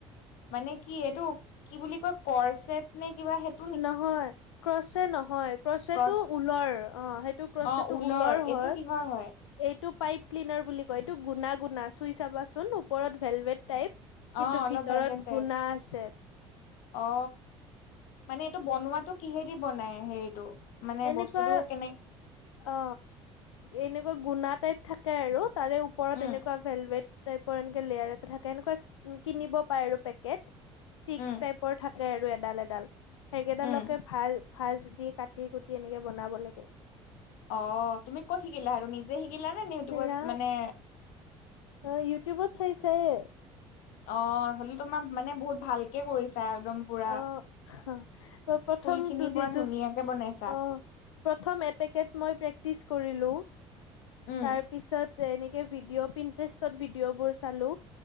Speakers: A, on the left; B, on the left.
A: মানে কি এইটো কি বুলি কয় কৰ্চেট নে কিবা হে-
B: নহয়। ক্ৰচে নহয় ক্ৰচেটো
A: ক্ৰচ
B: ঊলৰ অ সেইটো ক্ৰচেটো
A: অ
B: ঊলৰ
A: এইটো
B: হয়।
A: ঊলৰ হয়।
B: এইটো পাইপ ক্লিনাৰ বুলি কয় এইটো গুণা গুণা চুই চাবাচোন ওপৰত ভেলভেট টাইপ-
A: অ
B: কিন্তু
A: অলপ
B: ভিতৰত
A: ভেলভেট টাইপ
B: গুনা আছে।
A: অ মানে এইটো বনোৱাতো কিহেদি বনাই হেৰিটো। মানে
B: এনেকোৱা
A: বস্তুটো কেনে
B: অ এনেকোৱা গুনা টাইপ থাকে আৰু- তাৰে ওপৰত
A: উম
B: এনেকোৱা ভেলভেট- টাইপৰ এনেকে লেয়াৰ এটা থাকে এনেকোৱা কিনিব পাৰে আৰু পেকট ষ্টিক
A: উম
B: টাইপৰ থা কে আৰু এডাল এডাল সেইকেইডালকে
A: উম
B: ভাজ ভাজ দি কাটি কুটি এনেকে বনাব লাগে।
A: অ তুমি কত শিকিলা আৰু নিজে শিকিলানে নে ইউটিউবত
B: সেয়া
A: মানে
B: অ ইউটিউবত চাই চাইয়ে
A: অ হলে তোমাৰ মানে বহুত ভালকে কৰিছা একদম- পুৰা
B: অহ প্ৰথম
A: ফুল খিনি
B: দুদিনটো
A: পুৰা ধুনীয়াকে বনাইছা
B: অহ প্ৰথম এপেকেট মই প্ৰেক্টিচ কৰিলো
A: উম
B: তাৰ পিছত- তেনেকে ভিডিঅ' পিণ্টাৰেষ্টত ভিডিঅ' বোৰ চালো,